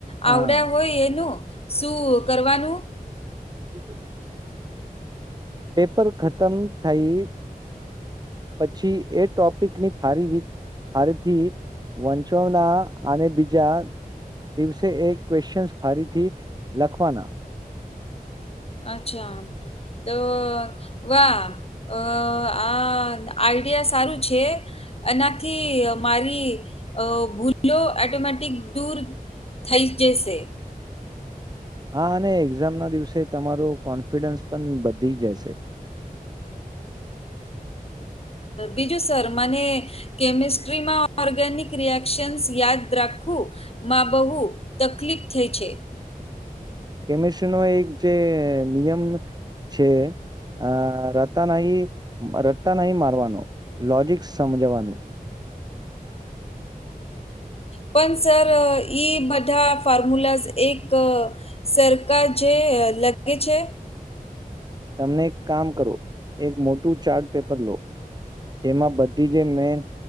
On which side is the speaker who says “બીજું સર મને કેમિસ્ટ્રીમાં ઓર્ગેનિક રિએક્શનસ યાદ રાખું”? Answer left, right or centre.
Left